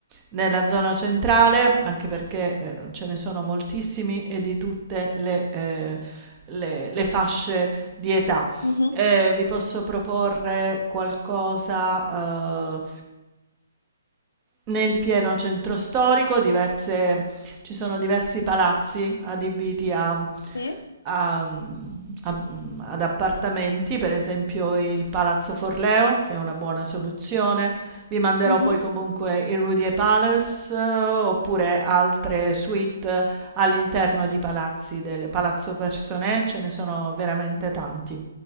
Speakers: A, on the right; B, on the left.
A: nella zona centrale, anche perché, ehm, ce ne sono moltissimi e di tutte le ehm, le le fasce di età.
B: Mhm.
A: Ehm, vi posso proporre qualcosa, ehm nel pieno centro storico diverse ci sono diversi palazzi adibiti a
B: Sì.
A: a mhmm, a mhmm, ad appartamenti, per esempio il Palazzo Forleo, che è una buona soluzione. Vi manderò
B: Mhm.
A: poi comunque il Rudier Palace, eh, oppure altre suite all'interno di palazzi del Palazzo Personnè, ce ne sono veramente tanti.